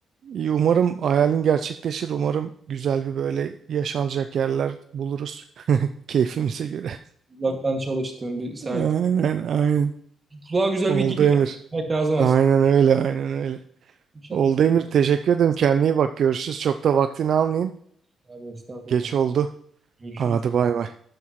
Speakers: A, on the right; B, on the right.
A: İyi, umarım hayalin gerçekleşir. Umarım güzel bir böyle yaşanacak yerler buluruz <laughs> keyfimize göre.
B: Uzaktan çalıştığım bir sergi.
A: Aynen aynen.
B: Kulağa güzel
A: Oldu
B: bir geliyor.
A: Emir.
B: Evet, lazım aslında.
A: Aynen öyle aynen öyle.
B: İnşallah.
A: Oldu Emir. Teşekkür ederim. Kendine iyi bak. Görüşürüz. Çok da vaktini almayayım.
B: Abi, estağfurullah.
A: Geç oldu.
B: Görüşürüz.
A: Hadi bay bay.